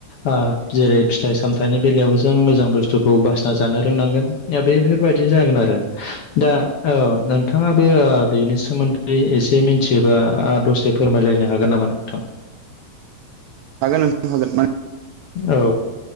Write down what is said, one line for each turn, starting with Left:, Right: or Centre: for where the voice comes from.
Left: ओ जेरै फिथाइ सामथाइनि बेलायावबो जों मोजां बुस्थु बुस्थुखौ बासिना जानो रोंनांगोन दा बेफोरबायदि जागोन आरो दा औ नोंथाङाबो बेनि सोमोन्दै एसे मिथियोबा दसे फोरमायलायनो हागोन नामा नोंथां?
Right: हागोन नोंथां हागोन मानो
Left: औ